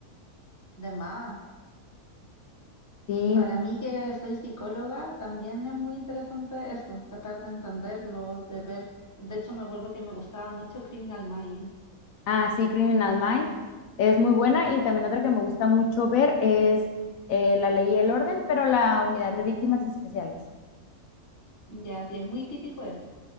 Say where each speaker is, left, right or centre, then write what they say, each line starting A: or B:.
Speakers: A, on the left; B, on the left.
A: De más.
B: Sí,
A: Para mí que soy psicóloga, también es muy interesante eso, tratar de entenderlos, de ver. De hecho, me acuerdo que me gustaba mucho Criminal Minds.
B: ah, sí, Criminal Minds es muy buena y también otra que me gusta mucho ver es eh, La Ley y el Orden, pero la Unidad de Víctimas
A: Mm.
B: Especiales.
A: Ya, sí, es muy típico ese.